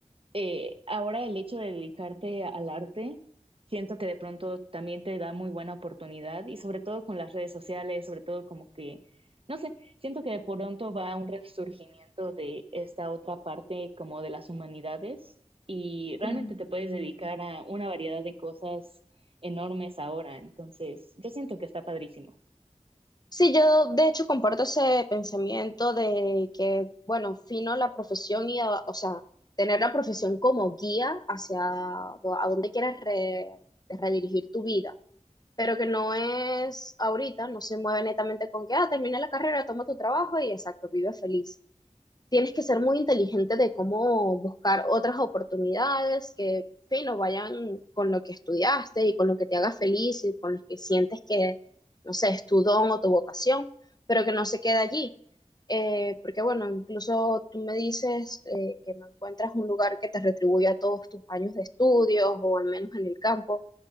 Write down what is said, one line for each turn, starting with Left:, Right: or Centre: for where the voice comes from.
Right: eh, ahora el hecho de dedicarte al arte, siento que de pronto también te da muy buena oportunidad y sobre todo con las redes sociales, sobre todo como que, no sé, siento que de pronto va un resurgimiento de esta otra parte como de las humanidades y realmente
Left: ujú.
Right: te puedes dedicar a una variedad de cosas enormes ahora, entonces yo siento que está padrísimo.
Left: Sí, yo de hecho comparto ese pensamiento de que, bueno, fino la profesión y, a- o sea, tener la profesión como guía hacia do- a dónde quieres re- redirigir tu vida, pero que no es ahorita, no se mueve netamente con que, ah, termina la carrera, toma tu trabajo y exacto, vive feliz tienes que ser muy inteligente de cómo buscar otras oportunidades que, fino, vayan con lo que estudiaste y con lo que te haga feliz y con lo que sientes que, no sé, es tu don o tu vocación, pero que no se quede allí. Eh, porque bueno, incluso tú me dices eh, que no encuentras un lugar que te retribuya todos tus años de estudios o al menos en el campo